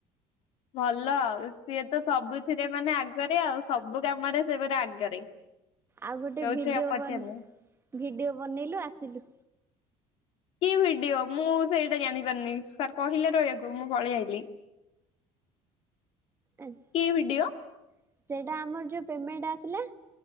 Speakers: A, on the left (about 60°); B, on the right (about 20°).
A: ଭଲ ଆଉ ସିଏ ତ ସବୁଥିରେ ମାନେ ଆଗରେ ଆଉ ସବୁ କାମରେ ସେ ଆଗରେ।
B: ଆଉ ଗୋଟେ
A: ଯୋଉଥିରେ
B: ଭିଡିଓ
A: ପଚାରିଲେ
B: ବନ ଭିଡିଓ ବନେଇଲୁ ଆସିଲୁ।
A: କି ଭିଡିଓ ମୁଁ ସେଇଟା ଜାଣିପାରିନି ସାର୍ କହିଲେ ରହିବାକୁ ମୁଁ ପଳେଇ ଆଇଲି।
B: ଆ ସେଇଟା
A: କି ଭିଡିଓ?
B: ଆମର ଯେଉଁ ପେମେଣ୍ଟ ଆସିଲା